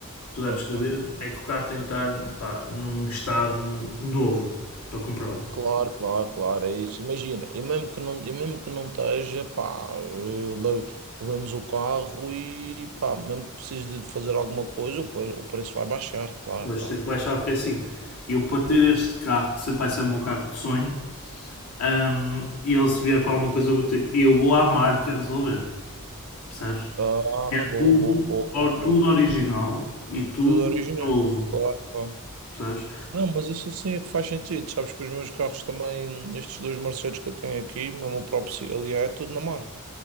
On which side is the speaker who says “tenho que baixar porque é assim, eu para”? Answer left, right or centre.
Left